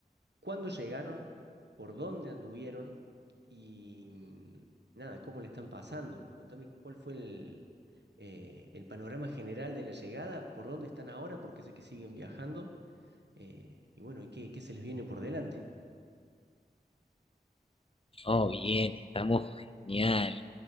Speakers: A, on the right (about 85°); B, on the left (about 35°).
A: cuándo llegaron, por dónde anduvieron y mm, nada, cómo le están pasando. Contame cuál fue el, eh, el panorama general de la llegada, por dónde están ahora, porque sé que siguen viajando eh, y bueno, y qué, qué se les viene por delante.
B: Oh, bien, estamos genial.